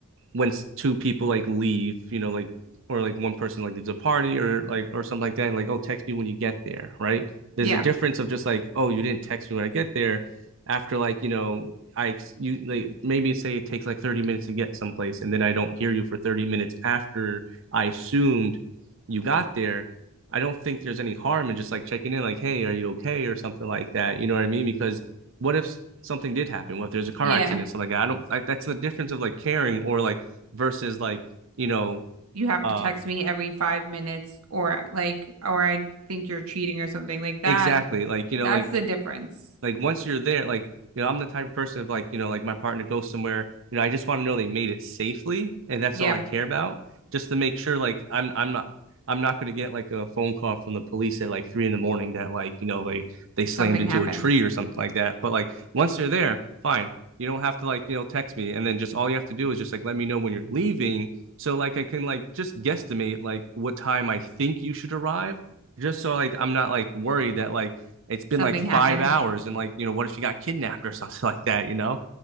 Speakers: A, on the right (about 60°); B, on the right (about 75°).
A: when two people like leave, you know, like or like one person like leaves a party or like or something like that, and like, oh, text me when you get there, right? There's
B: yeah
A: a difference of just like, oh, you didn't text me when I get there. After like, you know, I you like maybe say it takes like 30 minutes to get someplace, and then I don't hear you for 30 minutes after I assumed you got there. I don't think there's any harm in just like checking in, like, hey, are you okay? Or something like that. You know what I mean? Because what if something did happen? What if there's a car
B: yeah
A: accident? Something like that? I don't, like, that's the difference of like caring or like versus like you know
B: you have
A: um
B: to text me every five minutes or like or I think you're cheating or something like that
A: exactly like you know
B: that's
A: like
B: the difference
A: like once you're there, like you know, I'm the type of person of like you know, like my partner goes somewhere, you know, I just want to know they made it safely, and that's
B: yeah
A: all I care about, just to make sure like I'm I'm not. I'm not going to get like a phone call from the police at like three in the morning that like you know they they
B: Something
A: slammed into
B: happened.
A: a tree or something like that. But like once they're there, fine. You don't have to like you know text me, and then just all you have to do is just like let me know when you're leaving, so like I can like just guesstimate like what time I think you should arrive, just so like I'm not like worried that like it's been
B: Something
A: like five
B: happened.
A: hours and like you know what if she got kidnapped or <laughs> something like that you know